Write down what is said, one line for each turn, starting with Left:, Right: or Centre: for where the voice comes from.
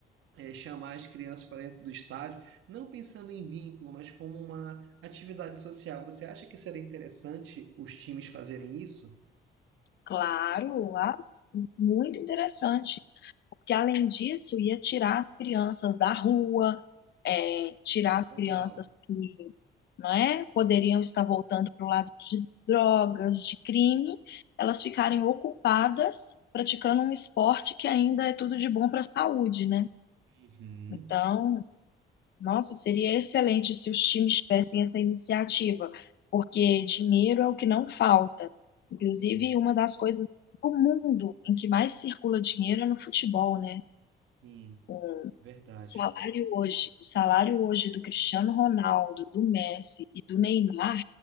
Right: eh, chamar as crianças para dentro do estádio, não pensando em vínculo, mas como uma atividade social. Você acha que seria interessante os times fazerem isso?
Left: claro, mas muito interessante. porque além disso ia tirar as crianças da rua, é, tirar as
Right: Legal.
Left: crianças que não é, poderiam estar voltando para o lado de drogas, de crime, elas ficarem ocupadas praticando um esporte que ainda é tudo de bom para a saúde, né?
Right: Uhum.
Left: Então, nossa, seria excelente se os times tivessem essa iniciativa, porque dinheiro é o que não falta. Inclusive,
Right: É,
Left: uma das coisas do mundo em que mais circula dinheiro é no futebol, né?
Right: sim,
Left: Com o
Right: verdade.
Left: salário hoje, o salário hoje do Cristiano Ronaldo, do Messi e do Neymar,